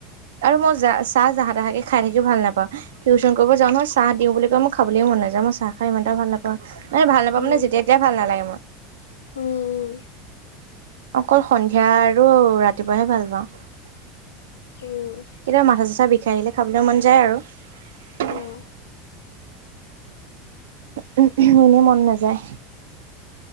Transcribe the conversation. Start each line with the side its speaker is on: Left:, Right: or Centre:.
Right: আৰু মই যাহ চাহ জাহা তাহাকে খাই থাকিও ভাল নাপাওঁ টিউশচন কৰিব যাওঁ নহয় চাহ দিওঁ বুলি কয় মোক খাবলৈও মন নাযায় মই চাহ খাই ইমান এটা ভাল নাপাওঁ মানে ভাল নাপাওঁ
Left: উম
Right: মানে যেতিয়া তেতিয়া ভাল নালাগে মোৰ
Left: উম
Right: অকল সন্ধিয়া আৰু ৰাতিপুৱাহে ভাল পাওঁ কেতিয়াবা
Left: উম উম
Right: মাথা চাথাা বিষাই আহিলে খাবলৈ মন যায় আৰু
Left: অ
Right: উ উ এনেই মন নাযায়